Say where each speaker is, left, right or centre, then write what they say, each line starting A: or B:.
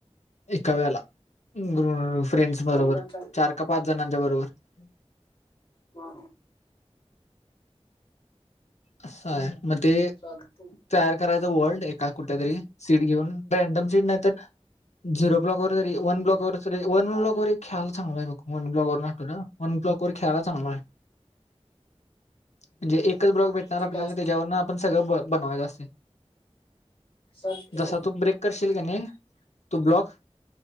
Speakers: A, on the left (about 80°); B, on the left (about 50°).
A: एका व्याला अ फ्रेंड्स
B: कळलं
A: बरोबर
B: चा
A: चार का पाच जणांच्या बरोबर
B: हा
A: असंय मग ते
B: चालते
A: तयार करायचं वल्ड एका कुठल्यातरी सीट घेऊन रँडम सीट नाही तर झिरो ब्लाॅक वर जरी वन्लॉ वररी वन ब्लॉ व खेयला चांगलाय बग व ब्लॉक वरटतो ना वन ब्लाॅक खेयला चांगलाय म्हणजे एकच ब्लॉक भेटणार
B: ते
A: आपल्याला
B: काय असते
A: त्याच्यावरून आपण सगळं ब बनवायचं असतय
B: चालते
A: जसा तू ब्रेक करशील का नाही तू ब्लॉक